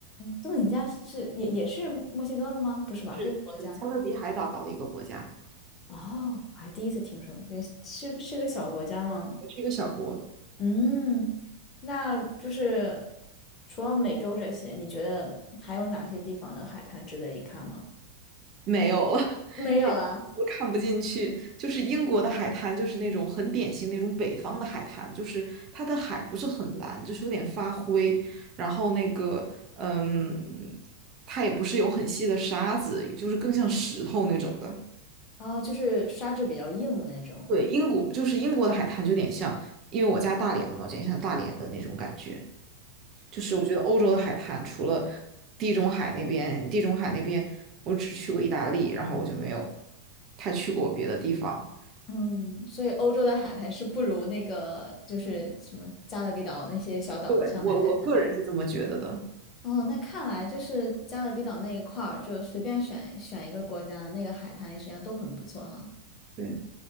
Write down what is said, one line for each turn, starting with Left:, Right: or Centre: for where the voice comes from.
Left: 多米尼加是也也是墨西哥的吗？不是吧，
Right: 是是加勒比海岛的一个国家，
Left: 是一个国家。哦，我还第一次听说，对，是是个小国家吗？
Right: 也是一个小国。
Left: 嗯，那就是除了美洲这些，你觉得还有哪些地方的海滩值得一看吗？
Right: 没有了，<laughs>
Left: 没有啦，
Right: 点都看不进去。就是英国的海滩，就是那种很典型那种北方的海滩，就是它的海不是很蓝，就是有点发灰，然后那个嗯，它也不是有很细的沙子，就是更像石头那种的。
Left: 哦，就是沙质比较硬的那种。
Right: 对，英国就是英国的海滩，就有点像，因为我家大连的嘛，有点像大连的那种感觉。就是我觉得欧洲的海滩，除了地中海那边，地中海那边我只去过意大利，然后我就没有太去过别的地方。
Left: 嗯，所以欧洲的海滩是不如那个就是什么加勒比岛那些小岛的上的海滩。
Right: 对，我我个人是这么觉得的。
Left: 哦，那看来就是加勒比岛那一块儿，就随便选选一个国家，那个海滩实际上都很不错哈。
Right: 对，